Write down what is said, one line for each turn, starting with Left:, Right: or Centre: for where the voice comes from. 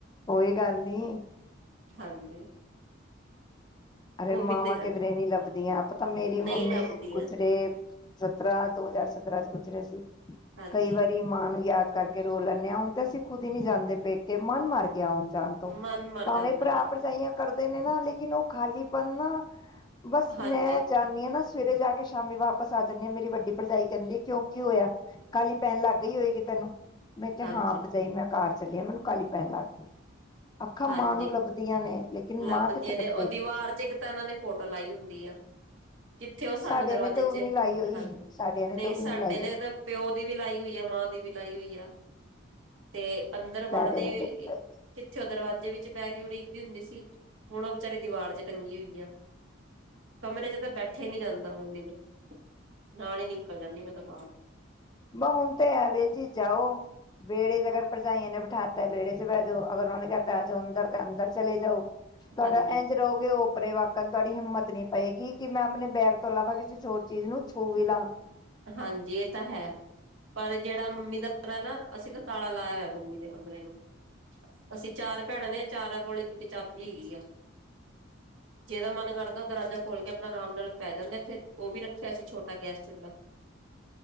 Left: ਕੋਈ ਗੱਲ ਨੀ।
Right: ਹਾਂਜੀ
Left: ਅਰੇ
Right: ਉਹ
Left: ਮਾਵਾਂ
Right: ਵੀ ਏਦਾਂ ਕਰਨ
Left: ਕਿਧਰੇ ਨੀ ਲੱਭਦੀਆਂ। ਆ ਪਤਾ ਮੇਰੀ
Right: ਨਹੀਂ
Left: ਮੰਮੀ
Right: ਲੱਭਦੀਆਂ
Left: ਗੁਜਰੇ- ਸਤਰਾਂ ਦੋ ਹਜ਼ਾਰ ਸਤਰਾਂ ਚ ਗੁਜਰੇ ਸੀ।
Right: ਹਾਂਜੀ
Left: ਕਈ ਵਾਰੀ ਮਾਂ ਨੂੰ ਯਾਦ- ਕਰਕੇ ਰੋ ਲੈਂਦੇ ਆ। ਹੁਣ ਤੇ ਅਸੀਂ ਖੁਦ ਈ ਨੀ ਜਾਂਦੇ ਪੇਕੇ ਮਨ ਮਾਂਰੀਆ ਗਿਆ ਹੋਣ ਜਾਣ ਤੋਂ।
Right: ਮਨ ਮਰ
Left: ਭਾਵੇਂ
Right: ਜਾਂਦਾ
Left: ਭਰਾ
Right: ਹਾਂਜੀ
Left: ਭਰਜਾਈਆਂ ਕਰਦੇ ਨੇ ਨਾ ਲੇਕਿਨ ਉਹ- ਖਾਲੀ ਪਨ ਨਾ- ਬਸ
Right: ਹਾਂਜੀ
Left: ਮੈਂ ਜਾਣੀ ਆ ਨਾ- ਸਵੇਰੇ ਜਾ ਕੇ ਸ਼ਾਮੀ ਵਾਪਸ ਆ ਜਾਂਦੀ ਆ। ਮੇਰੀ ਵੱਡੀ ਭਰਜਾਈ ਕੇਂਦੀ ਕਿਉਂ ਕੀ ਹੋਇਆ ਕਾਹਲੀ ਪੈਣ ਲੱਗਈ ਹੋਏਗੀ ਤੈਨੂੰ। ਮੈਂ ਕਿਹਾ
Right: ਹਾਂਜੀ
Left: ਹਾਂ ਭਰਜਾਈ ਮੈਂ- ਘਰ ਚੱਲੀ ਆ ਮੈਨੂੰ ਕਾਲੀ ਪੈਣ ਲੱਗ ਗਈ ਅੱਖਾਂ
Right: ਹਾਂਜੀ
Left: ਮਾਂ ਨੂੰ ਲੱਭਦੀਆਂ ਨੇ, ਲੇਕਿਨ
Right: ਲੱਭਦੀਆਂ
Left: ਮਾਂ ਕਿੱਥੋ
Right: ਨੇ
Left: ਲੱਭੇਗੀ?
Right: ਉਹ ਦੀਵਾਰ ਇੱਕ ਤਾਂ ਉਨਾਂ ਨੇ ਫੋਟੋ ਲਾਈ ਹੁੰਦੀ ਆ। ਕਿੱਥੇ ਉਹ ਸਾਨੂੰ
Left: ਸਾਡਿਆਂ
Right: ਦਰਵਾਜ਼ੇ'
Left: ਨੇ ਤੇ ਉਹ
Right: ਚ।
Left: ਵੀ ਨੀ ਲਾਈ ਹੋਈ
Right: ਹਾਂਜੀ
Left: ਸਾਡਿਆਂ ਨੇ
Right: -ਨਹੀਂ
Left: ਤੇ ਉਹ ਵੀ
Right: ਸਾਡੇ
Left: ਨੀ ਲਾਈ
Right: ਨੇ
Left: ਹੋਈ
Right: ਤਾਂ ਪਿਓ ਦੀ ਵੀ ਲਾਈ ਹੋਈ ਆ ਮਾਂ ਦੀ ਵੀ ਲਾਈ ਹੋਈ ਆ। ਤੇ ਅੰਦਰ
Left: ਸਾਡਿਆਂ
Right: ਵੜਦੇ
Left: ਨੇ ਤੇ ਉਹ ਵੀ ਲਾਈ
Right: -ਕਿੱਥੇ। ਜੇ ਵਿੱਚ ਬਹਿ ਕੇ ਉਡੀਕਦੀ ਹੁੰਦੀ ਸੀ ਹੁਣ ਉਹ ਬਚਾਰੀ ਦੀਵਾਰ ਚ ਟੰਗੀ ਹੋਈ ਆ ਕਮਰੇ ਚ ਤਾਂ ਬੈਠੇ ਨੀ ਜਾਂਦਾ ਮੰਮੀ ਦੇ ਨਾਲ ਹੀ ਨਿਕਲ ਜਾਂਦੀ ਮੈਂ ਤਾਂ ਬਾਹਰ
Left: ਮ ਹੁਣ ਤੇ ਐਵੇ ਜੀ ਜਾਓ ਵਿਹੜੇ ਚ ਅਗਰ ਭਰਜਾਈਆਂ ਨੇ ਬਿਠਾਤਾ ਵਿਹੜੇ ਚ ਬਹਿ ਜਾਓ ਅਗਰ ਉਹਨਾਂ ਨੇ ਕਹਿਤਾ ਆ ਜੋ ਅੰਦਰ ਤੇ ਅੰਦਰ ਚਲੇ ਜਾਓ ਤੁਹਾਡਾ
Right: ਹਾਂਜੀ
Left: ਇੰਜ ਰਹੋਗੇ ਉਹ ਕੱਪੜੇ ਵਾਕਣ ਤੁਹਾਡੀ ਹਿੰਮਤ ਨੀ ਪਏਗੀ ਕਿ ਮੈਂ ਆਪਣੇ ਬੈਗ ਤੋਂ ਇਲਾਵਾ ਕਿਸੇ ਹੋਰ ਚੀਜ਼ ਨੂੰ ਛੂਹ ਵੀ ਲਾ
Right: ਹਾਂਜੀ ਇਹ ਤਾਂ ਹੈ ਪਰ ਜਿਹੜਾ ਮੰਮੀ ਦਾ ਕਮਰਾ ਨਾ ਅਸੀਂ ਤਾਂ ਤਾਲਾ ਲਾਇਆ ਹੋਇਆ ਮੰਮੀ ਦੇ ਕਮਰੇ ਨੂੰ ਅਸੀਂ ਚਾਰ ਭੈਣਾਂ ਨੇ ਚਾਰਾਂ ਕੋਲ ਇੱਕ ਇੱਕ ਚਾਬੀ ਹੈਗੀ ਆ ਜਿਹਦਾ ਮਨ ਕਰਦਾ ਦਰਵਾਜਾ ਖੋਲ ਕੇ ਆਪਣਾ ਆਰਾਮ ਨਾਲ ਪੈ ਜਾਂਦੇ ਉਥੇ ਉਹ ਵੀ ਰੱਖਿਆ ਅਸੀ ਛੋਟਾ ਗੈਸ ਚੁਲਾ <inaudible>